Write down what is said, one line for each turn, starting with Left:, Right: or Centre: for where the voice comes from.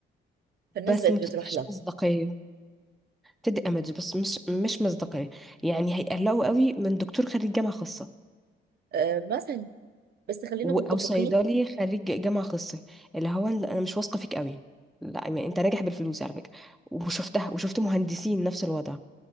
Right: فالناس
Centre: بس
Right: بقت
Centre: ما بتديش
Right: بتروح لها
Centre: مصداقية بتدي ايمج بس مش مش مصداقية يعني هيقلقوا قوي من دكتور خريج جامعة خاصة
Right: أه، مثلا بس خلينا
Centre: و-
Right: متفقين
Centre: او صيدلي خريج جامعة خاصة اللي هو إن انا مش واثقة فيك قوي لا يعني انت ناجح بالفلوس على فكرة وشفتها وشفت مهندسين نفس الوضع